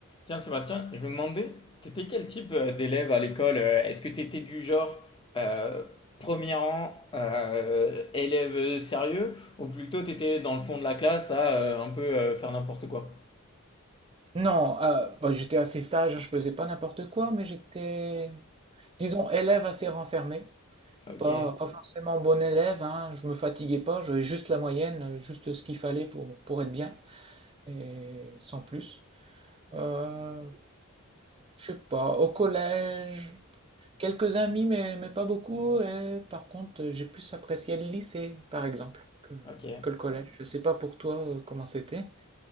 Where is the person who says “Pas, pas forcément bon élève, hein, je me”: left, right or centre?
Right